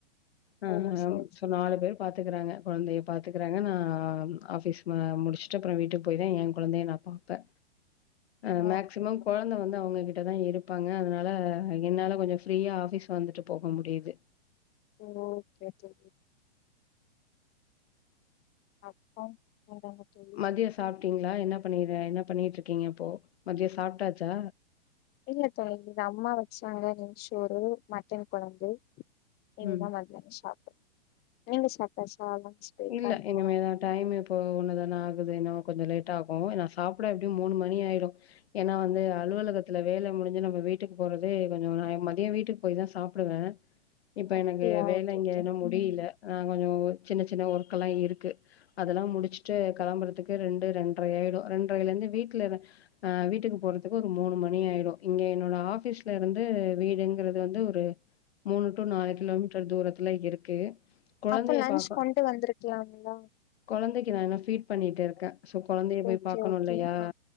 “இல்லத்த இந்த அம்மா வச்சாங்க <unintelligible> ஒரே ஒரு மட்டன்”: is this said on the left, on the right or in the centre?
Left